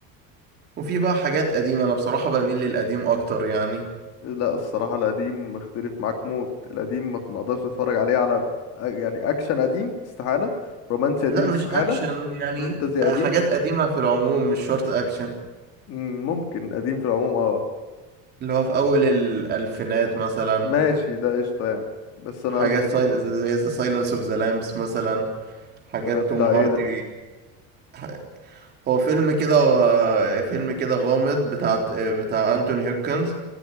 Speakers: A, on the right; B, on the left.
A: وفي بقى حاجات قديمة انا بصراحة بميل للقديم اكتر يعني
B: لا الصراحه القديم مختلف معاك موت القديم ما ما اقدرش اتفرج عليه على أ- يعني اكشن قديم استحاله رومانسي قديم
A: لا
B: استحاله
A: مش اكشن يعني
B: فانتزي
A: آه،
B: قديم
A: حاجات
B: استحالة.
A: قديمة في العموم مش شرط اكشن
B: مم، ممكن قديم في العموم اه
A: اللي هو في اول الالفينات مثلا
B: ماشي ده قشطه يعني بس انا
A: حاجات
B: قصدي
A: سايل... زي ذا سايلنس اوف ذا لامبس مثلا حاجات
B: ده بتاع
A: توم هاردي
B: ايه ده
A: ح- هو فيلم كده هو فيلم كده غامض بتاع بتاع انتوني هيوكنز